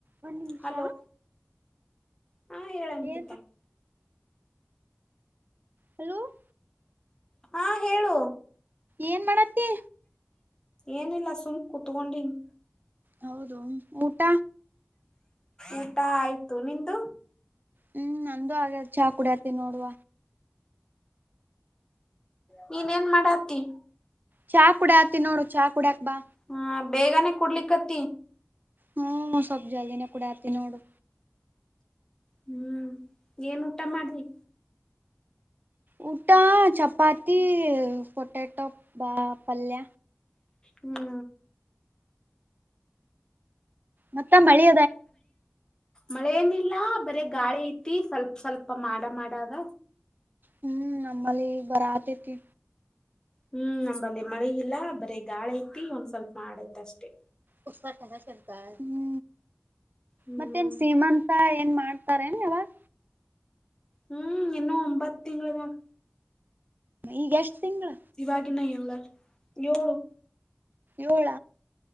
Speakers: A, on the right (about 50°); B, on the left (about 20°).
A: ಒಂದ್ ನಿಮಿಷ
B: ಹಲೋ ಹಾ ಹೇಳ ಅಂಕಿತ
A: ಹೇ ಹಲೋ <inaudible>
B: ಹಾ ಹೇಳು
A: ಏನ್ ಮಾಡತ್ತತಿ
B: ಏನಿಲ್ಲ ಸುಮ್ ಕುೂತ್ಕೊಂಡನ್
A: ಹೌದು ಊಟ
B: ಊಟ ಆಯ್ತು ನಿದ
A: ಹ್ಮ್ ನಂದುೂ ಆಗ್ಯ ಚಾ ಕುಡತಿ ನೋಡುವ
B: ನೀನ್ ನ್ ಮಾಡ ಹತಿ
A: ಚಾ ಕುಡ ಆತಿ ನೋಡು ಚಾ ಕುಡ್ಯಾಕ್ ಬಾ
B: ಹಾ ಬೇಗನೆೇ ಕೊಡ್ಲಿಕ್ಕತ್ತತಿ
A: ಹ್ಮ್ ಸವಪ್ ಜಲ್ದಿನೇ ಕುೂಡ ಆತಿ ನೋಡು
B: ಹ್ಮ್ ಏನ್ ಊಟ ಮಾಡ್ರಿ
A: ಊಟ ಚಪಾತಿ ಪೊಟೆಟೊ ಬ ಪಲ್ಯ
B: ಹ್ಮ್
A: ಮತ್ತೆ ಮಳೆ
B: ಮಳೆ ಏನಿಲ್ಲ ಬರ ಗಾಳಿ ಐತಿ ಸ್ವಲ್ಪ ಸ್ವಲ್ಪ ಮಾಡ ಮಾಡದ
A: ಹ್ಮ್ ನಮ್ಮಲ್ಲಿ ಬರ ಆತೇತಿ
B: ಹ್ಮ್ ನಂಬಲ್ಲಿ ಮಳೆ ಇಲ್ಲ ಬರೀ ಗಾಳ ಐತಿ ಒಂದ್ ಸ್ವಲ್ಪ ಮಾಡಐತ ಅಷ್ಟೇ
A: ಹ್ಮ
B: ಹ್ಮ್
A: ಮತ್ತ ನ್ ಸೀಮಾಂತ ಏನ್ ಮಾಡ ಸರೇನು ಯವಾಗ
B: ಹ್ಮ್ ಇನ್ನೂ ಒಂಬತ್ ತಿಂಗಳದಾಗ.
A: ಈಗ ಎಷ್ಟ್ ತಿಂಗಳು.
B: ಇವಾಗಿನ್ನ ಎಳಲ್ಲ ಏಳು.
A: ಏಳ